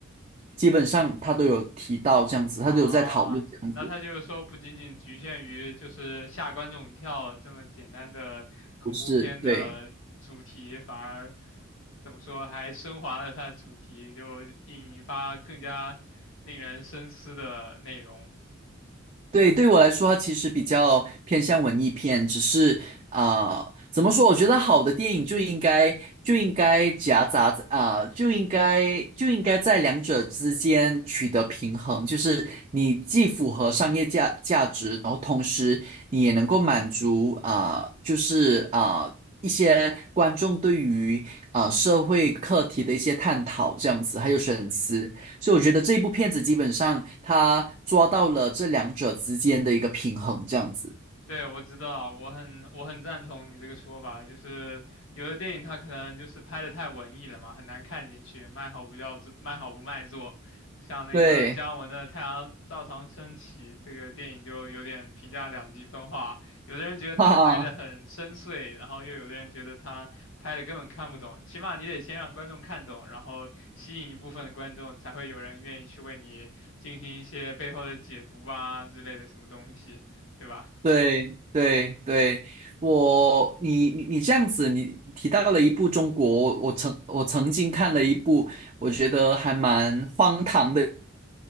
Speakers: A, on the right (about 30°); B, on the left (about 70°).
A: 基本上他都有提到这样子，
B: 啊，
A: 他都有在讨论这样子，
B: 那他就是说不仅仅局限于就是吓观众一跳这么简单的恐怖片的主题，
A: 不是，对，
B: 反而怎么说还升华了它的主题，就引发更加令人深思的内容。
A: 对，对我来说，它其实比较偏向文艺片，只是啊、呃怎么说？我觉得好的电影就应该就应该夹杂啊、呃就应该就应该在两者之间取得平衡，就是你既符合商业价价值，然后同时你也能够满足啊、呃就是啊、呃一些观众对于啊、呃社会课题的一些探讨，这样子，还有深思。所以我觉得这一部片子基本上它抓到了这两者之间的一个平衡，这样子。
B: 对，我知道，我很我很赞同你这个说法，就是有的电影它可能就是拍的太文艺了嘛，很难看进去，卖好不要座，卖好不卖座。像那个姜文的《太阳照常升起》这个电影就有点评价两极分化，
A: 对，
B: 有的人觉得他拍的很深邃，
A: <laughs> 哈哈，
B: 然后又有的人觉得他拍的根本看不懂。起码你得先让观众看懂，然后吸引一部分的观众，才会有人愿意去为你进行一些背后的解读啊之类的什么东西，对吧？
A: 对对对，我你你你这样子，你提到了一部中国，我曾我曾经看了一部，我觉得还蛮荒唐的，